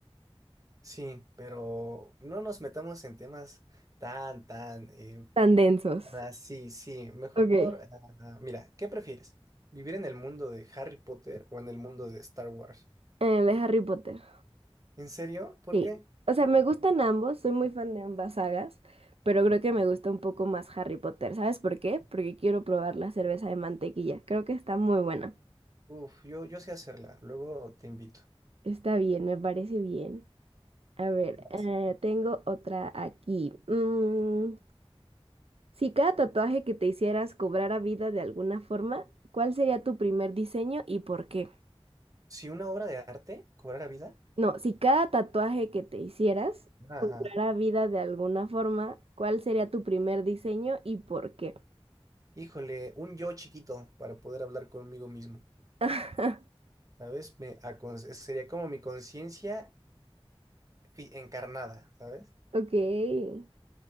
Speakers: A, on the right; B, on the right.
A: Sí, pero no nos metamos en temas tan, tan, eh,
B: Tan densos.
A: ah, sí, sí, mejor,
B: Ok. eh,
A: ah, mira, ¿qué prefieres? ¿Vivir en el mundo de Harry Potter o en el mundo de Star Wars?
B: de Harry Potter.
A: ¿En serio? ¿Por
B: Sí,
A: qué?
B: o sea, me gustan ambos, soy muy fan de ambas sagas, pero creo que me gusta un poco más Harry Potter. ¿Sabes por qué? Porque quiero probar la cerveza de mantequilla. Creo que está muy buena.
A: Uf, yo, yo sé hacerla, luego te invito.
B: Está bien, me parece bien. A ver,
A: Vas.
B: eh, tengo otra aquí. Mm, si cada tatuaje que te hicieras cobrara vida de alguna forma, ¿cuál sería tu primer diseño y por qué?
A: Si una obra de arte cobrara vida,
B: No, si cada tatuaje que te hicieras
A: ah,
B: cobrara vida de alguna forma, ¿cuál sería tu primer diseño y por qué?
A: híjole, un yo chiquito para poder hablar conmigo mismo,
B: <laughs>
A: ¿sabes? Me acon- sería como mi conciencia fi- encarnada, ¿sabes?
B: Ok. E-